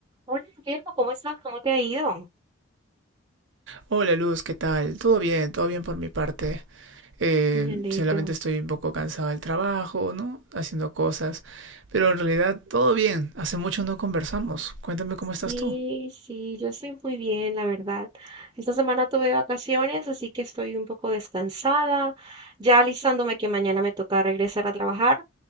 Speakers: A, on the right; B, on the right.
A: Hola, Guillermo, ¿cómo estás? ¿Cómo te ha ido?
B: Hola Luz, ¿qué tal? Todo bien, todo bien por mi parte. Eh,
A: Me alegro.
B: solamente estoy un poco cansado del trabajo, ¿no? Haciendo cosas. Pero en realidad todo bien. Hace mucho no conversamos. Cuéntame cómo estás
A: Y
B: tú.
A: sí, yo estoy muy bien, la verdad. Esta semana tuve vacaciones, así que estoy un poco descansada, ya alistándome que mañana me toca regresar a trabajar,